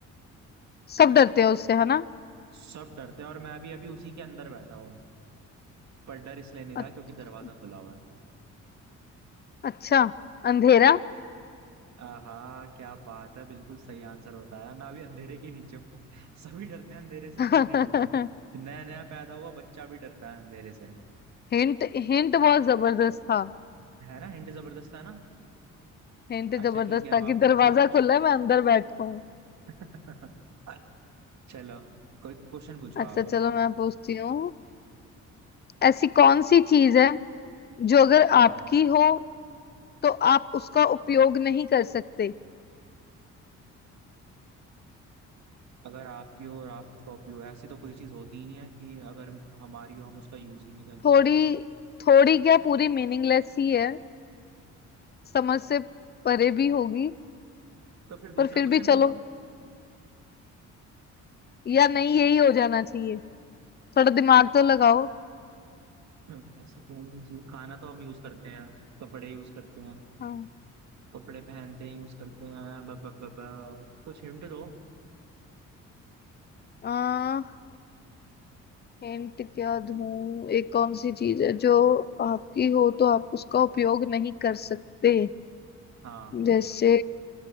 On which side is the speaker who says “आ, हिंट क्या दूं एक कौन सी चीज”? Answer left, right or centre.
Left